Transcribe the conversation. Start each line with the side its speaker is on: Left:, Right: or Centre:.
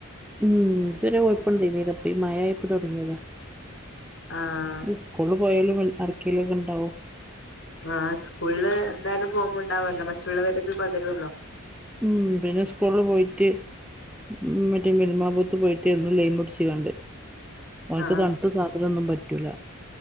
Centre: ഉം ഇതരെ കൊയപ്പണ്ടേർന്നില ഇപ്പൊ ഈ മയായപ്പോ തൊടങ്യെത
Left: ആഹ്
Centre: ഇസ്കൂളിൽ പോയാലും ആർക്കേലും ക്കെണ്ടാവും
Left: ആ സ്കൂളില് എന്തായാലും പോവുമ്പോണ്ടാവല്ലോ മറ്റുള്ളവരത് പകരോല്ലോ
Centre: ഉം പിന്നെ സ്കൂളില് പോയിട്ട് ഉം മറ്റേ മിൽമാബൂത്ത് പോയിട്ട് എന്നും ലൈമൂട്ച്ച്കാണ്ട് ഓൻക്ക്
Left: ആ
Centre: തണുത്ത സാധനൊന്നും പറ്റൂല